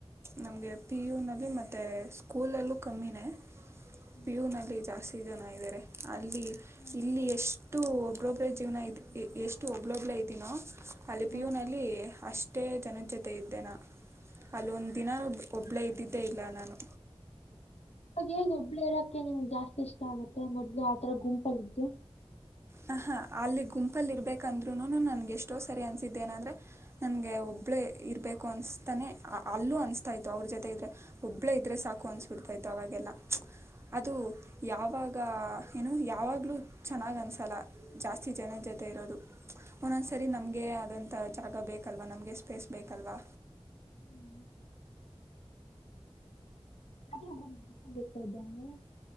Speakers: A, on the right; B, on the left.
A: ನಮಗೆ ಪಿ ಯುನಲ್ಲಿ ಮತ್ತು ಸ್ಕೂಲಲ್ಲೂ ಕಮ್ಮಿನೇ
B: ಹ್ಮ್
A: ಪಿಯುನಲ್ಲಿ ಜಾಸ್ತಿ ಸ್ತಿ ಜನ ಇದಾರೆ ಅಲ್ಲಿ
B: ಶಾಲಾ ಶಾಲಾ
A: ಇಲ್ಲಿ
B: ಫ್ರೆಂಡ್ಸ್ ಸ್ಕೂಲ್
A: ಎಷ್ಟು ಕ್ರೋಬ್ರೆ ಜೀವನ ಇದೀ ಇ ಎಷ್ಟು ಒಬ್ಳೊಬ್ಳೇ ಇದೀನೋ ಅಲ್ಲಿ
B: ಹಾ
A: ಪಿಯೂನಲ್ಲಿ
B: ಹಾ
A: ಅಷ್ಟು ಷ್ಟೇ ಜನ ಜೊತೆ ಇದ್ದೆ ನಾ ಅಲ್ಲೊಂದು ದಿನನೂ ಒಬ್ಬಳೇ ಇದ್ದಿದ್ದೇ ಇಲ್ಲ ನಾನು
B: ಅವಾಗೇಗ ಒಬ್ಬಳೇ ಇರೋಕ್ಕೆ ನಿಮ್ಗೆ ಜಾಸ್ತಿ ಇಷ್ಟ ಆಗತ್ತೆ ಮೊದ್ಲು ಆತರ ಗುಂಪಲ್ಲಿದ್ದು
A: ಹ ಹಾ ಅಲ್ಲಿ ಗುಂಪಲ್ಲಿ ಇರ್ಬೇಕಂದ್ರು ನನ್ಗೆ ಎಷ್ಟೋ ಸರಿ ಅನ್ಸಿದ್ದೆ ಏನಂದ್ರೆ ನನ್ಗೆ ಒಬ್ಳೆ ಇರ್ಬೇಕು ಅನ್ಸ್ತಾನೆ ಅಲ್ಲೂ ಅನ್ಸ್ತಾ ಇತ್ತು ಅವ್ರ ಜೊತೆ ಇದ್ರೆ ಒಬ್ಳೆ ಇದ್ರೆ ಸಾಕು ಅನ್ಸ್ಬಿಡ್ತಾ ಇತ್ತು ಅವಾಗೆಲ್ಲ ಅದು ಯಾವಾಗ ಏನು ಯಾವಾಗ್ಲೂ ಚೆನ್ನಾಗ್ ಅನ್ಸ ಸಲ ಜಾಸ್ತಿ ಜನ ಜೊತೆ ಇರೋದು ಒಂದೊಂದ್ಸರಿ ನಮಗೆ ಆದಂಥ ಜಾಗ ಬೇಕಲ್ವಾ ನಮಗೆ ಸ್ಪೇಸ್ ಬೇಕಲ್ವಾ
B: ಹ್ಮ್ ಅೇಕ್ದ <unintelligible>